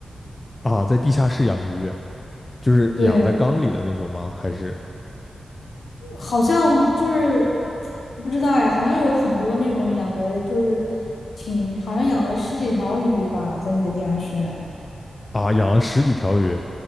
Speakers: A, on the left; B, on the left.
A: 啊。在地下室养鱼，就是养在缸里的那种吗？
B: 对，
A: 还是
B: 好像就是不知道呀，好像有很多那种养的，就是挺好像养了十几条鱼吧，在那个地下室。
A: 啊，养了十几条鱼？